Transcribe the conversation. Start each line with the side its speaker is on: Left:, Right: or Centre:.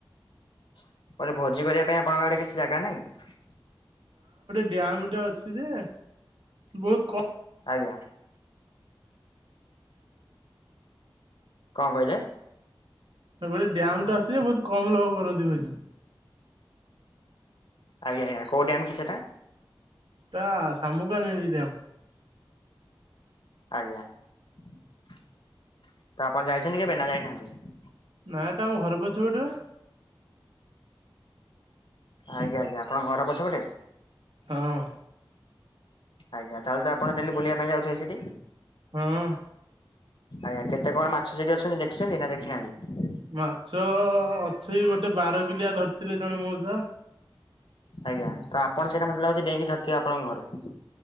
Left: କହିଲି ଭୋଜି କରିବା ପାଇଁ ଆପଣଙ୍କ ଆଡେ କିଛି ଜାଗା ନାହି
Right: ଦାମ ଟା ଅଛି ଯେ ବହୁତ କମ୍
Left: ଆଜ୍ଞା। କଣ କହିଲେ?
Right: ଗୋଟେ ଡ୍ୟାମ ଟେ ଅଛି ଯେ ବହୁତ କମ ଲୋକ କରନ୍ତି ଭୋଜି?
Left: ଆଜ୍ଞା ଆଜ୍ଞା କୋଉ ଡ୍ୟାମ କି ସେଟା?
Right: ତା ସାମୁକା ଆ ନେଇ ଦିଦି ଆଉ।
Left: ଆଜ୍ଞା ତ ଆପଣ ଯାଇଛନ୍ତି କେବେ ନା ଯାଇନାହାନ୍ତି?
Right: ନାଇଁ ତ ଆମ ଘର ପଛ ପଟେ ବା
Left: ଆଜ୍ଞା ଆଜ୍ଞା ଆପଣଙ୍କ ଘର ପଛପଟେ?
Right: ହଁ
Left: ଆଜ୍ଞା ତାହେଲେ ଆପଣଡେଲି ବଲିବା ପାଇଁ ଯାଉ ଥିବେ ସେଠି?
Right: ହଁ
Left: ଆଜ୍ଞା କେତେ କଣ ମାଛ ସେଠି ଅଛନ୍ତି ଦେଖିଛନ୍ତି ନା ଦେଖିନାହାନ୍ତି?
Right: ମାଛ ଅଛି ଗୋଟେ ବାରକିଲିଆ ଧରିଥିଲେ ଜଣେ ମଉସା।
Left: ଆଜ୍ଞା ତ ଆପଣ ସେଇଟା ମତେ ଲାଗୁଛି ଡେଇଙ୍କି ଧରିଥିବେ ଆପଣଙ୍କ ଘରୁ?